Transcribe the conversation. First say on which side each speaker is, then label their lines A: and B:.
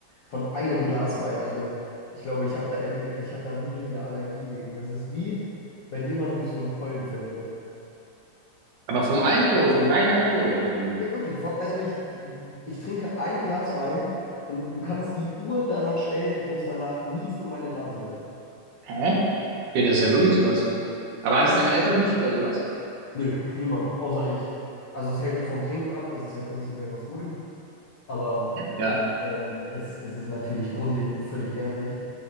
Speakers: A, on the left; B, on the right.
A: Von einem Glas Wein. Also ich glaube, ich habe da endlich, ich habe da wirklich eine Allergie gegen. Das ist wie, wenn jemand durch so ein Pollenfeld läuft.
B: aber vom Alkohol, vom reinen Alkohol, oder wie?
A: Ja, wirklich. Vor- Also ich, ich trinke ein Glas Wein und du kannst die Uhr danach stellen. Ich muss danach niesen und meine Nase läuft.
B: Hä? Okay, das ist ja wirklich krass. Aber
A: Ja,
B: hattest
A: das,
B: deine Eltern
A: also,
B: nicht oder sowas?
A: nö, niemand, außer ich. Also es hält mich vom Trinken ab, das ist ja prinzipiell was Gutes, aber
B: Ja?
A: ähm, es, es ist natürlich grundlegend völlig nervig,